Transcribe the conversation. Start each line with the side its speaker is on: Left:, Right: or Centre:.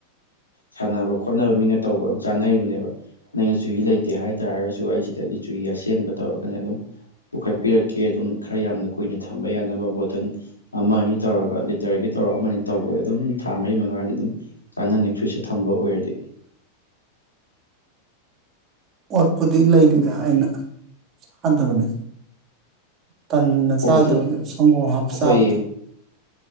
Left: ꯁꯥꯟꯅꯕ ꯈꯣꯠꯅꯕ ꯃꯤꯅ ꯇꯧꯕ ꯑꯗꯨꯝ ꯆꯥꯅꯔꯤꯕꯅꯦꯕ ꯅꯪꯩꯅ ꯆꯨꯍꯤ ꯂꯩꯇꯦ ꯍꯥꯏ ꯇꯥꯔꯒꯁꯨ ꯑꯩ ꯁꯤꯗꯒꯤ ꯆꯨꯍꯤ ꯑꯁꯦꯡꯕ ꯇꯧꯔꯒꯅꯦ ꯑꯗꯨꯝ ꯄꯨꯈꯠꯄꯤꯔꯛꯀꯦ ꯑꯗꯨꯝ ꯈꯔ ꯌꯥꯝꯅ ꯀꯨꯏꯅ ꯊꯝꯕ ꯌꯥꯅꯕ ꯕꯣꯇꯜ ꯑꯃ ꯑꯅꯤ ꯇꯧꯔꯒ ꯂꯤꯇꯔꯒꯤ ꯇꯧꯔ ꯑꯃ ꯑꯅꯤ ꯇꯧꯕ ꯑꯗꯨꯝ ꯊꯥ ꯃꯔꯤ ꯃꯉꯥꯗꯤ ꯑꯗꯨꯝ ꯆꯥꯅꯅꯤ ꯐ꯭ꯔꯤꯖꯇ ꯊꯝꯕ ꯑꯣꯏꯔꯗꯤ
Right: ꯑꯣꯠꯄꯨꯗꯤ ꯂꯩꯔꯤꯗ ꯑꯩꯅꯗꯕꯅꯦ ꯇꯟꯅ
Left: ꯍꯣꯏ
Right: ꯆꯥꯗꯕꯅꯦꯕ
Left: ꯑꯗꯨ
Right: ꯁꯪꯒꯣꯝ ꯍꯥꯞ
Left: ꯍꯣꯏꯌꯦ
Right: ꯆꯥꯕꯗꯣ